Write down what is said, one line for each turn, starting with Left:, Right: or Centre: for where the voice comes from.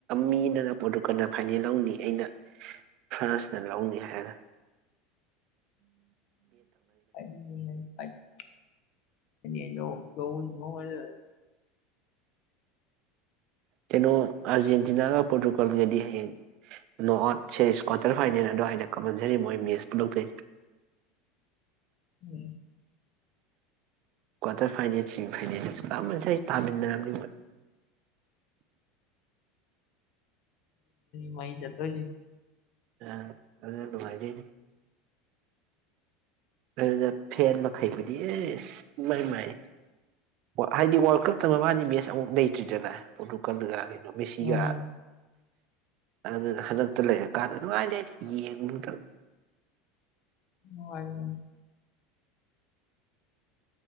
Right: ꯃꯤꯅꯅ ꯄꯣꯔꯇꯨꯒꯜꯗ ꯐꯥꯏꯅꯦꯜ ꯂꯧꯅꯤ ꯑꯩꯅ ꯐ꯭ꯔꯥꯟꯁꯅ ꯂꯧꯅꯤ ꯍꯥꯏꯔ
Left: ꯑꯩ <unintelligible>
Right: ꯀꯅꯣ ꯑꯥꯔꯖꯦꯟꯇꯤꯅꯥꯒ ꯄꯣꯔꯇꯨꯒꯜꯒꯗꯤ ꯍꯌꯦꯡ ꯅꯣꯑꯠ ꯁꯦꯁ ꯀ꯭ꯋꯥꯇꯔ ꯐꯥꯏꯅꯦꯜ ꯑꯗꯨꯋꯥꯏꯗ ꯀꯥꯞꯄꯟꯁꯔꯤ ꯃꯣꯏ ꯃꯦꯁ ꯄꯨꯟꯂꯛꯇꯣꯏꯅꯤ
Left: ꯎꯝ
Right: ꯀ꯭ꯋꯥꯔꯇꯔ ꯐꯥꯏꯅꯦꯜꯁꯤꯡ ꯐꯥꯏꯅꯦꯁ ꯀꯥꯁ ꯊꯥꯃꯤꯟꯅꯔꯅꯤ
Left: ꯃꯩ ꯆꯠꯇꯣꯏꯁꯦ
Right: ꯑ ꯑꯗꯨ ꯅꯨꯡꯉꯥꯏꯖꯩꯅꯤ ꯑꯗꯨꯗ ꯐꯦꯟ ꯃꯈꯩꯕꯨꯗꯤ ꯑꯦ ꯃꯥꯏ ꯃꯥꯏ ꯍꯥꯏꯗꯤ ꯋꯥꯔꯜ ꯀꯞꯇ ꯃꯃꯒꯤ ꯃꯦꯠꯆ ꯑꯃꯨꯛ ꯂꯩꯇ꯭ꯔꯤꯗꯅ ꯄꯣꯔꯇꯨꯒꯜꯒ ꯃꯦꯁꯤꯒ
Left: ꯎꯝ
Right: ꯑꯗꯨꯅ ꯍꯟꯗꯛ ꯂꯩꯔꯥ ꯀꯟꯗ ꯅꯨꯡꯉꯥꯏꯅꯤ ꯌꯦꯡꯕꯨ ꯇꯧꯔꯤ
Left: <inaudible>